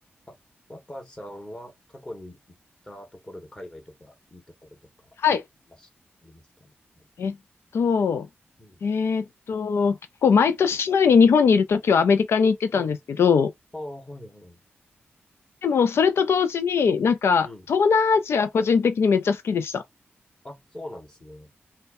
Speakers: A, on the left; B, on the left.
A: あ、若さんは過去に行ったところで海外とかいいところとかあります、
B: はい。
A: ありますかね。はい。
B: えっと、
A: うん。
B: えっと、結構毎年のように日本にいるときはアメリカに行ってたんですけど、
A: うん。ああ、はいはい。
B: でもそれと同時になんか東南アジア個人的にめっちゃ好きでした。
A: うん。あ、そうなんですね。